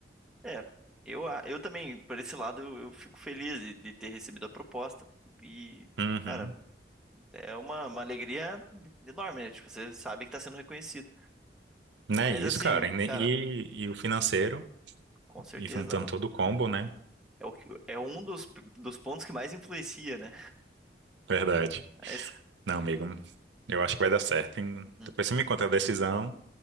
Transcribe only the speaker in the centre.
É, eu, a- eu também, por esse lado, eu, eu fico feliz de, de ter recebido a proposta. E,
cara, é uma, uma alegria enorme, né? Tipo, você sabe que tá sendo reconhecido.
Mas
assim,
cara.
Com certeza.
É, o que, é um dos, dos pontos que mais influencia, né?
Mas,
uhum,